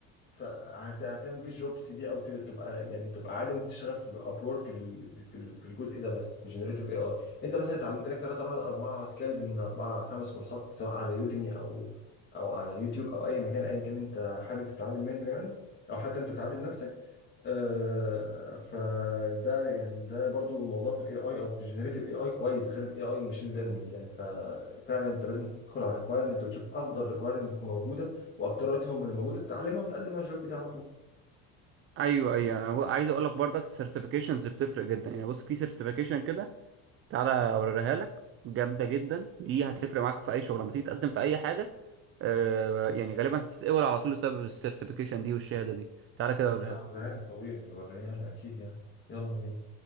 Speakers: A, on the left; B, on the right.
A: فهتعمل بيه الجوبس دي او ت- تبقى يعني تبقى عادي ممكن تشتغل في اب وورك في ال- في الجزء ده بس في جنريتيف اي اي انت مثلا اتعلمت لك ثلاثة اربع سكيلز من اربع خمس كورسات سواء على يوديمي او او على يوتيوب او اي مكان ايا كان انت حابب تتعلم منه يعني او حتى انت تعلم نفسك آه فده يعني ده برضو الموضوع في الاي اي او في جنريتيف اي اي كويس غير الاي اي الماشين ليرنينج يعني ففعلا انت لازم تدخل على الريكوايرمنت وتشوف افضل ريكوايرمنت موجوده واكترتهم اللي موجوده تتعلمها وتقدم على الجوب دي على طول
B: ايوه ايوه عايز اقول لك برضك السيرتيفيكيشنز بتفرق جدا يعني بص في سيرتيفيكيشن كده تعالى اوريها لك جامده جدا دي هتفرق معاك في اي شغل لما تيجي تقدم في اي حاجه آه، يعني غالبا هتتقبل على طول بسبب السيرتيفيكيشن دي والشهاده دي تعالى كده اوريها
A: لا
B: لك.
A: وريها لي طبيعي وريها لي اكيد يعني يلا بينا